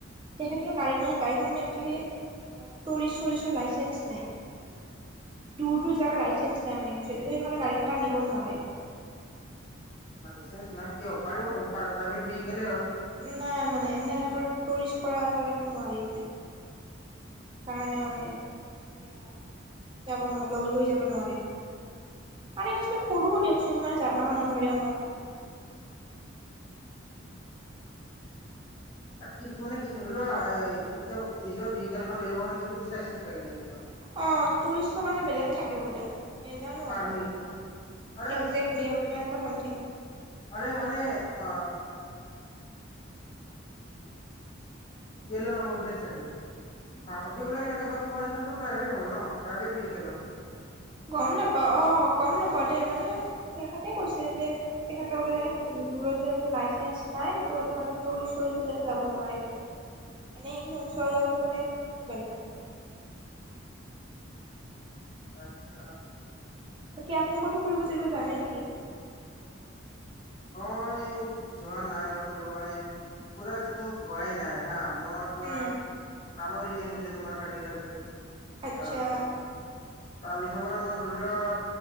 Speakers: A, on the right; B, on the left.
A: তেখেতৰ গাড়ীখ গাড়ীখন মানে একচুৱেলি টুৰিষ্টৰ চুৰিচৰ লাইচেঞ্চ নাই। দূৰ দূৰ জাগা লাইচেঞ্চ নাই মানে একচুৱেলি, সেইটো কাৰণে গাড়ীখন তাৰ নিব নোৱাৰে।
B: লাইচেন্স নাই কি হব পাৰিব প্ৰা প্ৰাইভেট ভেৰিকেলে হয়
A: নাই মানে এনেকোৱা টাইপৰ টুৰিষ্ট কৰা এনেকোৱা টাইপৰ নোৱাৰি মানে। সেই কাৰণে মানে এয়া য়া যাব ন লৈ যাব নোৱাৰিব? আৰু একচুয়েলি সৰু দিয়কচোন মানে জা মাহৰ নধৰেও ন?
B: তাত কি মানে কি ধৰি লোৱা এ এতিয়া নিজৰ ভেৰিকেল এখন লৈ যাব কাৰণে টুৰিষ্ট লাইচেঞ্চ লাগে নেকি কিবা?
A: অ টুৰিষ্টৰ কাৰণে বেলেগ থাকে বোলে। নেজানো
B: পাৰ্মিট
A: আৰু
B: আৰে
A: একজেক্টলি
B: কি বুলি
A: আৰু কিবা এনেকুৱা চামথিং।
B: আৰে মানে আ য়েল্ল নম্বৰ প্লেট থাকে। তাতত সেইবিলাক লাগে তোমাৰ এইটো প্ৰাইভেট হব ন প্ৰাইভেট ভেৰিকেল হয়।
A: গম নাপাওঁ অ গম নাপাও দেই মানে তেখেতে কৈছে যে তেখেতৰ বোলে দূৰ যোৱা লাইচেঞ্চ নাই তোৰ এইটো কাৰনে টুৰিষ্ট - চুৰিছ যাব নোৱাৰি বোলে। এনেই এইখিনি ওচৰ যোৱাটো মানে বেলেগ কথা।
B: আচ্ছা আচ্ছা।
A: তাকে আপুনি কতো ফুৰিব চুৰিব যোৱা নাই নেকি?
B: মই যোৱা নাই অ ফুৰিব মানে পুৰা একচোৱেলি মোৰ হোৱাই নাই হা, মই তোমাৰ
A: উম,
B: কামৰ ৰিজেন দিলে তোমাৰ থাৰ্টি তাৰিখে,
A: আচ্ছা
B: তাৰপিছত তাৰ পিছৰ পৰা মই ধৰি লোৱা